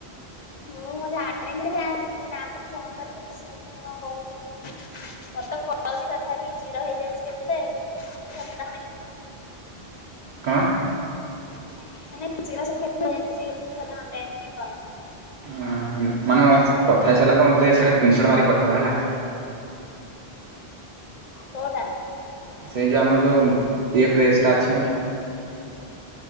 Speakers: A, on the left (about 50°); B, on the right (about 55°).
A: ହଁ ଜାଣିନ କାଇଁ ଅସିଅ ମାମ ଙ୍କୁ ଫୋନ କରିକି ପଚା କଣ କହୁଛନ୍ତି ମତେ କହୁଛି କଥା କି ଜିରା ହେଇଯାଇଛି କେତେ? <inaudible>
B: କଣ?
A: <unintelligible>
B: ହଁ ହଁ ମାନେ କଥା ହେଇ ସାରିଲା ପରେ ମତେ ସେଇଟା କିଂଶଟ ମାରିକି ପଠେଇ ହେଲା।
A: କୋଉଟା?
B: ସେଇ ଯେଉ ଆମର ଯେଉଁ ଇଏ ପ୍ରେସ୍ ଟା ଅଛି ମ।